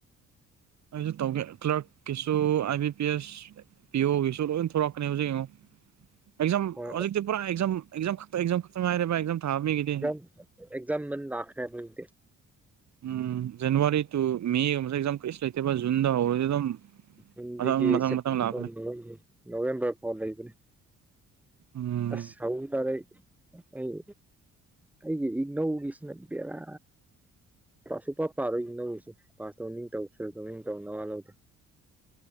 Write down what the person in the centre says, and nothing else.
ꯍꯣꯏ
ꯑꯦꯛꯖꯥꯝ ꯑꯦꯛꯖꯥꯝ ꯃꯟ ꯂꯥꯛꯈꯔꯦ ꯍꯨꯖꯤꯛꯇꯤ
ꯍꯤꯟꯗꯤꯒꯤ
ꯁꯦꯞꯇꯦꯝꯕꯔ
ꯅꯣꯕꯦꯝꯕꯔ ꯐꯥꯎ ꯂꯩꯕꯅꯤ
ꯑꯁ ꯍꯧꯕ ꯇꯥꯔꯦ ꯑꯩ ꯑꯩꯒꯤ ꯏ ꯅꯧꯒꯤꯁꯤꯅ ꯕꯦꯔꯥ ꯑ ꯁꯨ ꯄꯥ ꯄꯥꯔꯣꯏ ꯏꯅꯧꯒꯤꯁꯨ ꯄꯥꯁ ꯇꯧ ꯅꯤꯡ ꯇꯧ ꯁꯅꯨ ꯇꯧ ꯅꯤꯡ ꯇꯧ ꯅꯋꯥ ꯂꯧꯗ